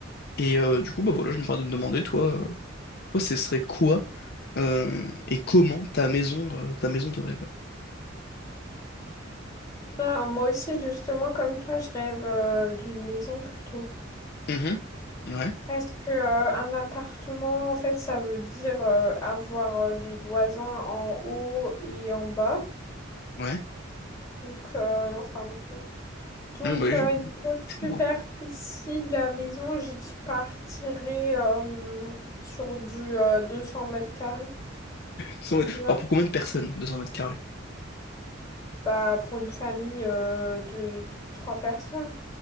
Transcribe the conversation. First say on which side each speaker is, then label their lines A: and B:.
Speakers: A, on the left (about 55°); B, on the left (about 20°).
A: Et euh, du coup, bah voilà, je me permets de te demander, toi, euh, toi, ce serait quoi euh, et comment ta maison, euh, ta maison de rêve?
B: Bah, moi aussi, justement, comme toi, je rêve euh, d'une maison plutôt.
A: Mhm. Ouais,
B: Parce que euh, un appartement, en fait, ça veut dire euh, avoir euh, des voisins en haut et en bas.
A: ouais,
B: Donc, euh, non, c'est pas mon truc. Donc,
A: Ouais, bah oui,
B: euh,
A: je,
B: niveau superficie
A: je comprends.
B: de la maison, je partirais euh, sur du euh, 200 mètres carrés
A: Cent-
B: déjà.
A: Alors pour combien de personnes, 200 mètres carrés?
B: Bah, pour une famille euh, de trois personnes.